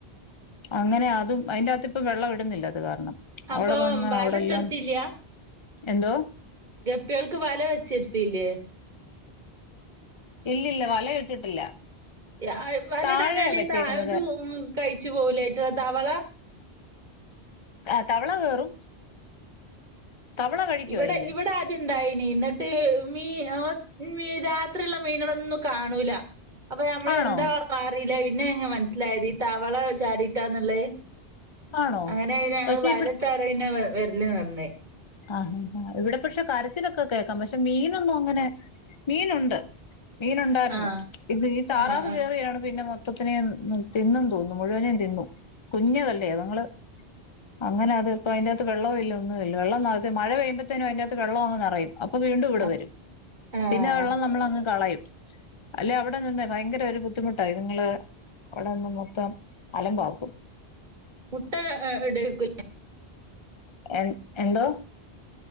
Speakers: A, on the left; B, on the right.
A: അങ്ങനെ അതും അതിന്റകത്ത് ഇപ്പം വെള്ളം ഇടുന്നില്ല അത് കാരണം.
B: അപ്പോ
A: അവിടെ വന്ന്
B: വാലട്ടെടിത്തില്യ.
A: അവിടെല്ലാം എന്തോ
B: ഗപ്പികൾക്ക് വല വെച്ചിരുത്തിയില്ലേ?
A: ഇല്ലില്ല വല ഇട്ടിട്ടില്ല.
B: ഇ ആ വലടഞ്ഞാൽ
A: താഴെ
B: ഇ
A: വെച്ചേക്കുന്നത്
B: ത <unintelligible> കഴിച്ചു പോവുലെ തവള.
A: ആ തവള കേറും. തവള കഴിക്കോ
B: ഇവടെ
A: അതിനെ
B: ഇവിടാദ്യം ണ്ടായിനി ന്നിട്ട് മീ ന മീ രാത്രിയുള്ള മീനുകളൊന്നും കാണൂല. അപ്പോ മ്മള്
A: ആണോ
B: എന്താ <unintelligible> പിന്നെ എങ്ങ് മനസ്സിലായത് ഈ തവള ചാടീട്ടാന്നുള്ളേ.
A: ആണോ
B: അങ്ങനെ ഞങ്ങൾ
A: പക്ഷെ
B: വല തറെ ന വ വര് അല്ല <unintelligible>
A: ആ ഹ ഹ ഇവിടെ പക്ഷേ കരച്ചിലൊക്കെ കേക്കാം, പക്ഷേ മീനൊന്നും അങ്ങനെ മീനൊണ്ട്. മീൻ ഒണ്ടായിരുന്നു,
B: ആഹ്
A: ഇത് ഈ താറാവ്
B: ആഹ് ആഹ്
A: കേറിയാണ് പിന്നെ മൊത് മൊത്തത്തിനെയും തിന്നെന്നു തോന്നുന്നു, മുഴുവനേം തിന്നു. കുഞ്ഞതല്ലേ അതങ്ങള്. അങ്ങനെ അത് ഇപ്പ അതിന്റാത്ത് വെള്ളോല്ല ഒന്നുല്ല. വെള്ളം നിറച്ചു മഴ പെയ്യുമ്പത്തേനു അതിന്റാത്ത് വെള്ളങ്ങ് നെറയും, അപ്പോ വീണ്ടുവിടെ
B: ആഹ്
A: വരും.
B: ആഹ്
A: പിന്നെ വെള്ളം നമ്മളങ്ങ് കളയും. അല്ലെ അവിടെ നിന്ന് ഭയങ്കര ഒരു ബുദ്ധിമുട്ടാ ഇതുങ്ങള് അവിടെ നിന്ന് മൊത്തം അലമ്പാക്കും.
B: മുട്ട എ എടുക്കുല്ല.
A: എം എന്തോ